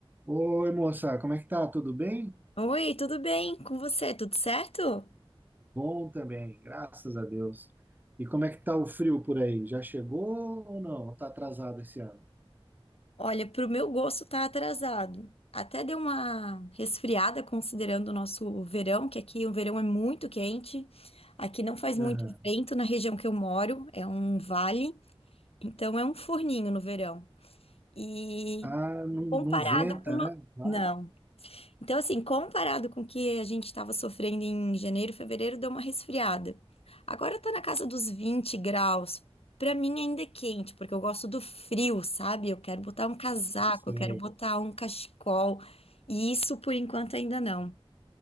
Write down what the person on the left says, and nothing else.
Oi, tudo bem com você? Tudo certo?
Olha, pro meu gosto tá atrasado. Até deu uma resfriada considerando o nosso verão, que aqui o verão é muito quente. Aqui não faz muito
vento na região que eu moro, é um vale, então é um forninho no verão. E
comparado
com o no...
Não. Então, assim, comparado com o que a gente estava sofrendo em janeiro, fevereiro, deu uma resfriada. Agora tá na casa dos 20 graus. Pra mim ainda é quente, porque eu gosto do frio, sabe? Eu quero botar um casaco,
eu quero botar um cachecol. E isso por enquanto ainda não.